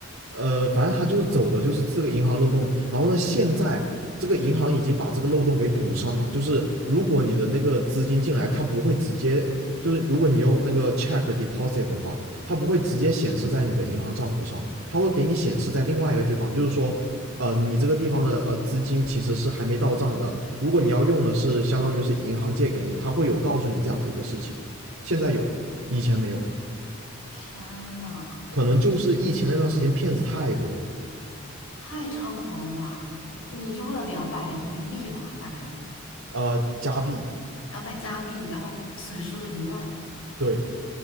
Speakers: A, on the right; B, on the left.
A: 呃，反正他就是走的就是这个银行漏洞，然后呢，现在这个银行已经把这个漏洞给补上了，就是如果你的那个资金进来，它不会直接，就是如果你用那个 check deposit 的话，它不会直接显示在你的银行账户上，它会给你显示在另外一个地方，就是说，呃，你这个地方的呃资金其实是还没到账的，如果你要用的是相当于是银行借给你它会有告诉你这样子一个事情，现在有，以前没有，
B: 天呐，
A: 可能就是疫情那段时间骗子太多了。
B: 太猖狂了吧！你就为了两百人民币吧，大概。
A: 呃，加币，
B: 然后买加币，然后损失了一万，
A: 对，